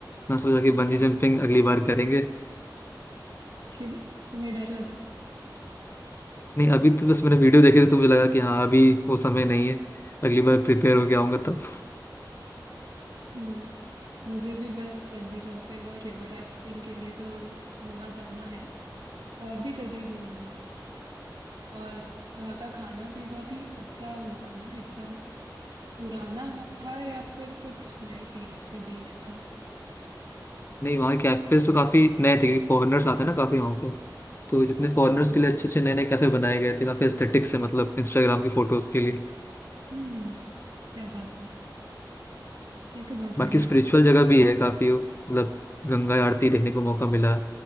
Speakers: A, on the left; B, on the right.
A: मैं सोचा कि
B: अच्छा
A: बंजी
B: अच्छा
A: जंपिंग
B: <laughs>
A: अगली बार करेंगे
B: क्यों तुम्हें डर लगा
A: नहीं अभी तो बस मैंने वीडियो देखे थे तो मुझे लगा कि हाँ अभी वो समय नहीं है अगली बार प्रिपेयर होके आऊंगा तब
B: हम्म। मुझे भी बस बंजी जंपिंग और रिवर राफ्टिंग के लिए तो वहां जाना है और भी जगह घूमना है और वहां का खाना भी बहुत ही अच्छा होगा ना एकदम पुराना ह- था या फिर कुछ नए टेस्ट पे बेस्ड था
A: नहीं वहाँ कैफेज तो काफी नए थे क्योंकि फॉरेनर्स आते हैं ना काफी वहाँ पे तो जितने
B: अच्छा
A: फॉरेनर्स
B: अच्छा
A: के लिए अच्छे अच्छे नए नए कैफे बनाए गए थे काफी एस्थेटिक से मतलब इंस्टाग्राम की फोटोज के लिए
B: हम्म क्या बात है ये तो बहुत
A: बाकी
B: बढ़िया
A: स्पिरिचुअल
B: है
A: जगह भी है काफी मतलब गंगा आरती देखने को मौका मिला